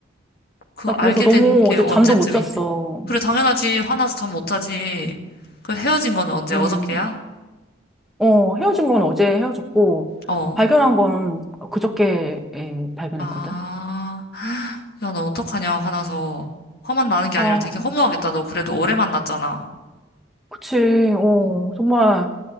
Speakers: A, on the left; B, in the centre.
A: 그
B: 나
A: 알게
B: 그래서 너무
A: 된 게
B: 어제
A: 언제쯤인데?
B: 잠도 못 잤어.
A: 그래, 당연하지. 화나서 잠 못 자지. 그 헤어진 거는 언제?
B: 음,
A: 어저께야?
B: 어, 헤어진 건 어제 헤어졌고,
A: 어.
B: 발견한 건 그저께 예, 발견했거든.
A: 아, 야, 너 어떡하냐, 화나서. 화만 나는 게
B: 아,
A: 아니라 되게 허무하겠다. 너 그래도 오래 만났잖아.
B: 그치. 어,
A: 어,
B: 정말.